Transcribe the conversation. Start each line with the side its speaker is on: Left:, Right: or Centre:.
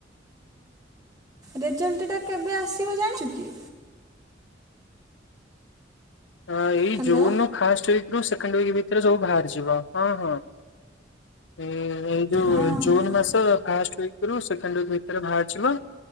Right: ରେଜଲ୍ଟ ଟା କେବେ ଆସିବ ଜାଣିଚୁ କି?
Left: ହଁ ଏଇ
Right: ହ୍ୟାଲୋ
Left: ଜୁନ୍ ଫାଷ୍ଟ ୱିକ୍ ରୁ ସେକଣ୍ଡ ୱିକ୍ ଭିତରେ ସବୁ ବାହାରିଯିବ ହଁ ହଁ ଏ ଏଇ ଯୋଉ
Right: ହଁ
Left: ଜୁନ୍ ମାସ ଫାଷ୍ଟ ୱିକ୍ ରୁ ସେକେଣ୍ଡ ୱିକ୍ ଭିତରେ ବାହାରିଯିବ